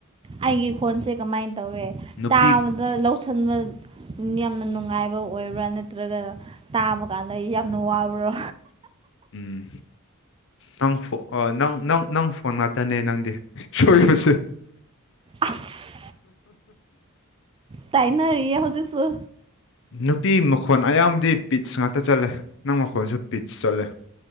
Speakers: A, on the right; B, on the left.
A: ꯑꯩꯒꯤ ꯈꯣꯟꯁꯦ ꯀꯃꯥꯏꯅ ꯇꯧꯋꯦ
B: ꯅꯨꯄꯤ
A: ꯇꯥꯕꯗ ꯂꯧ ꯈꯟꯕ ꯌꯥꯝꯅ ꯅꯨꯡꯉꯥꯏꯕ ꯑꯣꯏꯕ꯭ꯔꯥ ꯅꯠꯇ꯭ꯔꯒꯅ ꯇꯥꯕ ꯀꯥꯟꯅꯩ ꯌꯥꯝꯅ ꯋꯥꯕ꯭ꯔꯣ
B: ꯎꯝ ꯅꯪ ꯅꯪ ꯅꯪ ꯅꯪ ꯐꯣꯟ ꯉꯥꯛꯇꯅꯦ ꯅꯪꯗꯤ ꯁꯣꯏꯕꯁꯦ
A: ꯑꯁ ꯇꯥꯏꯅꯔꯌꯦ ꯍꯧꯖꯤꯛꯁꯨ
B: ꯅꯨꯄꯤ ꯃꯈ‌ꯣ ꯃꯈꯣꯟ ꯑꯌꯥꯝꯕꯗꯤ ꯄꯤꯠꯁ ꯉꯥꯛꯇ ꯆꯠꯂꯦ ꯅꯪ ꯃꯈꯣꯟꯁꯨ ꯄꯤꯠꯁ ꯆꯠꯂꯦ